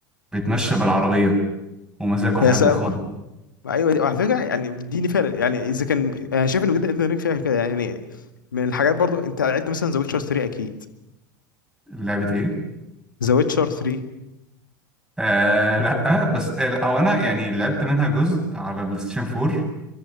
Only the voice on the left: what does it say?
هي سابقة
ايوه دي وعلى فكره يعني اديني فارق يعني اذا كان انا شايف ان جدا الدن رينج فيها كده يعني من الحاجات برضو انت لعبت مثلا ذا ويتشر 3 اكيد
ذا ويتشر 3